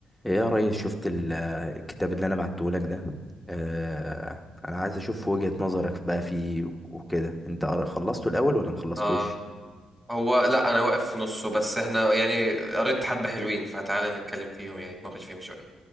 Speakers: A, in the centre; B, on the right (about 15°).
A: ايه يا ريس شفت ال- الكتاب اللي انا بعته لك ده آه انا عايز اشوف وجهة نظرك بقى فيه وكده انت قر- خلصته الاول ولا ما خلصتوش
B: اه هو لا انا واقف في نصه بس احنا يعني قريت حبة حلوين فتعالى نتكلم فيهم يعني نتناقش فيهم شوية